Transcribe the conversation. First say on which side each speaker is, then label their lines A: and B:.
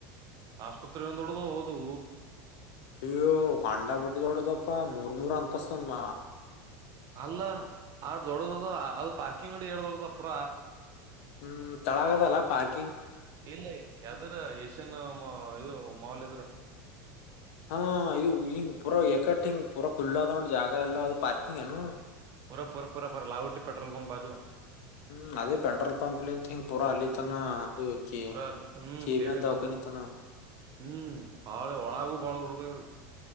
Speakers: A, on the right (about 45°); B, on the left (about 65°).
A: ಆಸ್ಪತ್ರೆಗೆ ಒಂದ ದೊಡ್ದ ಹೋದು
B: ಅ್ಯ ಅಂಡಾ ಬಟ್ಟಿದ್ದ ಹೊಡದಪ್ಪ ಮೂರ್ ಮೂರ್ ಅಂತಸಮ್ಮ
A: ಅಲ್ಲ ಆ ದೊಡ ಅದು ಪಾರ್ಕಿಂಗ್ ನೋಡಿ <inaudible> ಪುರ
B: ಹ್ಮ್ ತಳಗದಲ್ಲ ಪಾರಿ
A: ಇಲ್ಲ ಯಾವ್ದ್ರ ಏಷ್ಯನ್ ಇದು ಮಾಲ್ ಇದ್ರ
B: ಹಾ ಇದು ಹಂಗ ಪುರಾ ಎಕಟ್ಟ ಹಿಂಗ ಪೂರಾ ಖುಲ್ ಅದ ನೋ ಜಾಗ ಎಲ್ಲಾ ಅದು ಪಾರ್ಕಿಂಗ್ ಏನು
A: ಪೂರ ಪೂರ ಪೂರ ಪರ ಲಾವುಟಿ ಪೆಟ್ರೋಲ್ಂಗ ಬಾಜುವ
B: ಹ್ಮ್ ಅದೇ ಪೆಟ್ರೋಲ್ ಪಂಪ್ಲಿಂತ ಹಿಂಗ ಪೂರಾ ಅಲ್ಲಿತಾನ ಅದು ಕೆ
A: ಪೂರ ಅಲ್ಲಿ ಹ್ಮ್
B: ಕೆಬ
A: ಕೆವಿ
B: ಅಂದ ದಾವಕನಿತಾನ
A: ತನ ಹ್ಮ್ ಬಾಳ ಒಳಗೂ ಬಾಳ ಹುಡುಗ